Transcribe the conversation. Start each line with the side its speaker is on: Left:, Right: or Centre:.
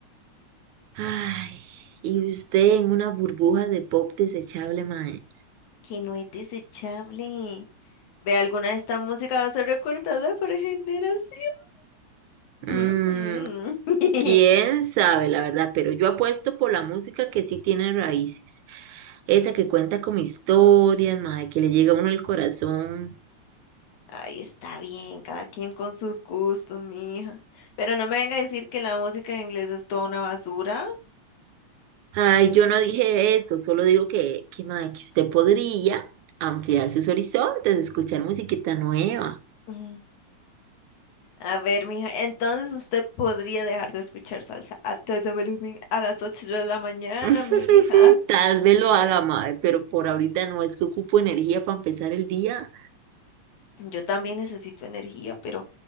Right: Ay, y usted en una burbuja de pop desechable, mae.
Left: que no es desechable. Ve, alguna de esta música va a ser recordada por generaciones.
Right: Mm,
Left: Ujú. <laughs>
Right: quién sabe, la verdad, pero yo apuesto por la música que sí tiene raíces. Esa que cuenta con historias, mae, que le llega a uno el corazón.
Left: Ay, está bien, cada quien con sus gustos, mi hija. Pero no me venga a decir que la música en inglés es toda una basura.
Right: Ay, yo no dije eso, solo digo que, que, mae, que usted podría ampliar sus horizontes, escuchar musiquita nueva.
Left: Mm. A ver, mija, entonces usted podría dejar de escuchar salsa a todo volumen a las ocho de la mañana,
Right: <laughs>
Left: mija.
Right: Tal vez lo haga, mae, pero por ahorita no es que ocupo energía para empezar el día.
Left: Yo también necesito energía, pero